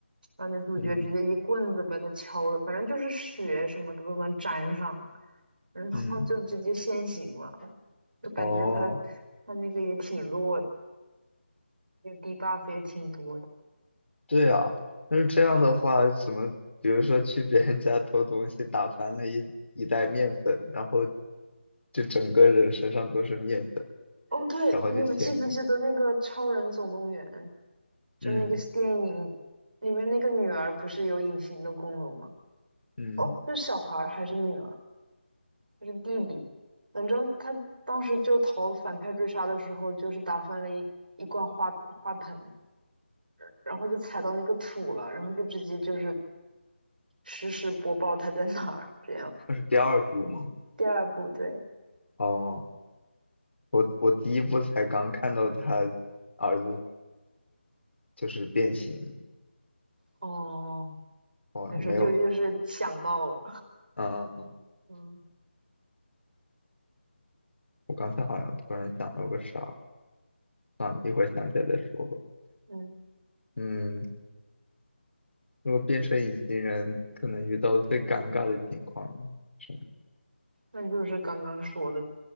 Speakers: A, on the right (about 50°); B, on the left (about 75°).
A: 然后那主角直接一棍子把他敲的，
B: 嗯
A: 反正就是血什么的都能沾上，然后就直接现形了，
B: 嗯，
A: 就感觉他
B: 哦。
A: 他那个也挺弱的，那个 d b u f f 也挺多的。
B: 对啊，但是这样的话，怎么，比如说去别人家偷东西，打翻了一一袋面粉，然后就整个人身上都是面粉，
A: 哦，对，
B: 然后就现形。
A: 你有记不记得那个《超人总动员》？就那个电影里面那个女儿不是有隐形的功能吗？
B: 嗯嗯，
A: 哦，是小孩儿还是女儿还是弟弟？反正他当时就逃反派追杀的时候，就是打翻了一一罐花花盆，然后就踩到那个土了，然后就直接就是实时播报他在哪儿。这样，
B: 那是第二部吗？
A: 第二部对，
B: 哦，我我第一部才刚看到他儿子就是变形，
A: 哦，但是就就是想到了，
B: 我没有，嗯嗯嗯，
A: <laughs> 嗯
B: 我刚才好像突然想到个啥，算了，一会儿想起来再说吧。
A: 嗯。
B: 嗯，如果变成隐形人，可能遇到最尴尬的情况是什么
A: 那就是刚刚说的，